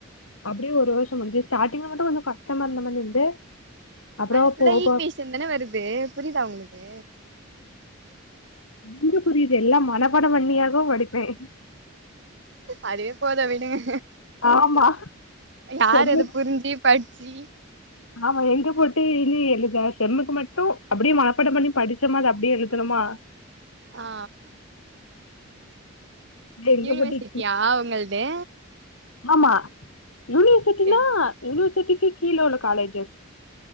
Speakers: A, on the left; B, on the right.
A: அப்படியே ஒரு வருஷம் முடிஞ்சு ஸ்டார்ட்டிங்ல மட்டும் கொஞ்சோ கஸ்டமா இருந்த மாரி இருந்து அப்றோ
B: அது ஃபுல்லா
A: போக
B: ஈக்வேஷன்
A: போக
B: தான வருது புரியுதா உங்களுக்கு
A: எங்க புரியுது எல்லாம் மனப்பாடம் பண்ணியாக்கு படிப்பேன்
B: அதுவே போதும் விடுங்க
A: ஆமா
B: யார்
A: செம்மு
B: அத புரிஞ்சு படிச்சி
A: ஆமா எங்க போட்டு இனி எழுத செம்முக்கு மட்டும் அப்படியே மனப்பாடம் பண்ணி படிச்சமா அத அப்படியே எழுதனமா
B: ஆ
A: எங்க
B: யூனிவர்சிட்டியா
A: போட்டு இக்கு-
B: உங்கள் து
A: ஆமா யூனிவர்சிட்டினா
B: செரி
A: யூனிவர்சிட்டிக்கு கீழ உள்ள காலேஜு